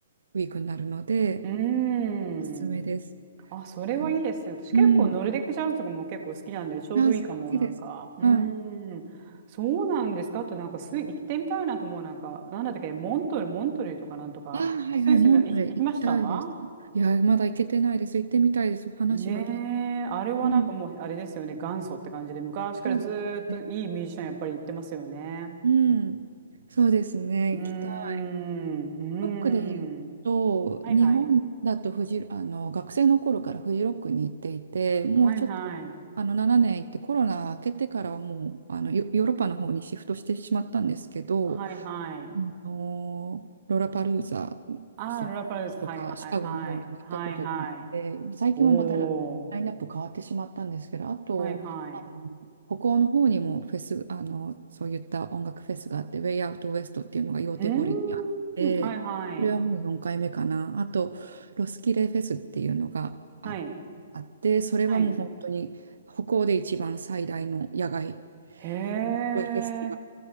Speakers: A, on the right (about 85°); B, on the right (about 40°).
A: ウィークになるので、
B: うん。
A: おすすめです。
B: あ、それはいいですよ私結構ノルディックジャズとかも結構好きなんで、
A: あの、うん。
B: ちょうどいいかも、
A: あ、好きです。
B: なんか。うん。
A: はい。
B: そうなんですか。あとなんかスイ、行ってみたいなと思う、なんか、なんだったっけ、モントル、モントルイとかなんとか、
A: あ、はいはい、
B: スイスに行き行きました
A: モントレ行きたいです。いや、まだ行けてないです。行ってみたいです。話は聞いて。
B: ねえ、あれはなんかもう、
A: うん。
B: あれですよね、元祖って感じで、昔からずーっといいミュージシャンやっぱり行ってますよね。
A: そうですね。うん。そうですね。
B: うーん、
A: 行きたい。
B: うーん。
A: ロックで言うと、
B: はいはい。
A: 日本だとフジ、あの学生の頃からフジロックに行っていて、もうちょっと
B: はいはい。
A: あの7年行って、コロナ明けてからはもうあのヨ、ヨーロッパの方にシフトしてしまったんですけど、
B: はいはい。
A: あのロラパルーザそとかシカゴの方にも行ったことがあって、
B: ああ、ルラパルーズ。はいはいはい。はいはい。
A: 最近はまたララインナップ変わってしまったんですけど、
B: おお。
A: あと、
B: はいはい。
A: あの北欧の方にもフェス、あのそういった音楽フェスがあって、ウェイアウトウエストっていうのがヨーテボリにあって、
B: うーん。はいはい。
A: それはもう4回目かな。あと、ロスキレフェスっていうのがあ、
B: はい。
A: あって、それはもう本当に北欧で一番最大の野外
B: はい。へえ。
A: フェス